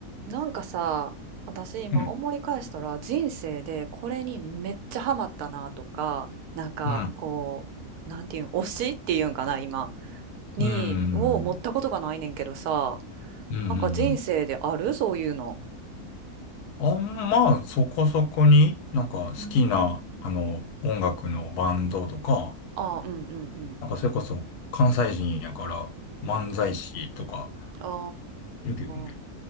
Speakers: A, on the right; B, on the left.
A: なんかさ、私今思い返したら人生でこれにめっちゃハマったなとか、
B: うん、
A: なんかこう、
B: うん、
A: なんていうん、推しっていうんかな、今、に、
B: うん、
A: を持ったことがないねんけどさ、
B: うん、う
A: なんか人生であるそういうの。
B: ん。あんまあ、そこそこに、なんか好きな、
A: うーん
B: あの、音楽のバンドとか、
A: あうんうんうん。
B: なんかそれこそ関西人やから漫才師とか、
A: うん。あ
B: いるけどね。
A: あ。